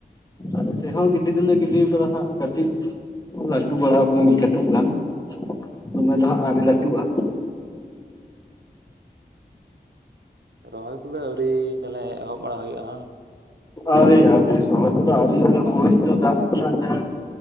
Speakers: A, on the left (about 20°); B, on the right (about 80°).
A: ᱟᱞᱮ ᱥᱮᱫ ᱦᱚᱸ ᱜᱤᱰᱤ ᱫᱚᱞᱮ ᱜᱤᱰᱤ ᱠᱟᱫᱟ ᱦᱟᱸᱜ ᱠᱟᱹᱴᱤᱡᱼᱼ ᱞᱟᱹᱴᱩ ᱵᱟᱲᱟ ᱠᱟᱱᱟ ᱢᱤᱫ ᱠᱟᱹᱴᱩᱵ ᱜᱟᱱ ᱫᱚᱢᱮ ᱫᱚ ᱦᱟᱸᱜ ᱟᱨ ᱞᱟᱹᱴᱩᱜᱼᱟ᱾
B: ᱨᱚᱦᱚᱭ ᱠᱚᱫᱚ ᱟᱹᱣᱨᱤ ᱛᱟᱦᱚᱞᱮ ᱮᱦᱚᱵ ᱵᱟᱲᱟ ᱦᱩᱭᱩᱜᱼᱟ᱾
A: ᱟᱹᱣᱨᱤ ᱟᱹᱣᱨᱤ ᱥᱚᱢᱚᱭ ᱠᱚᱫᱚ ᱟᱹᱣᱨᱤᱼᱟ ᱦᱚᱜᱚᱭᱛᱚ ᱫᱟᱜ ᱨᱮᱱᱟᱜ ᱡᱟᱼᱼ